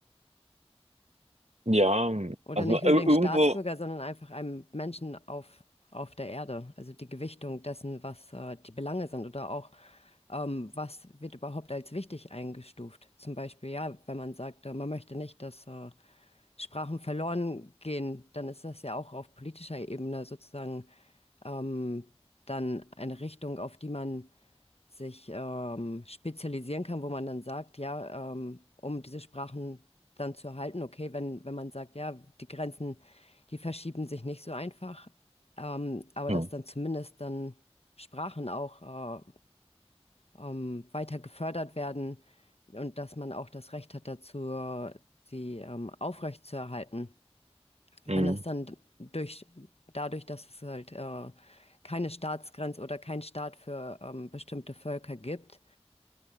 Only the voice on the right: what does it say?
Ja,
also,
ir
irgendwo
hm,
mhm,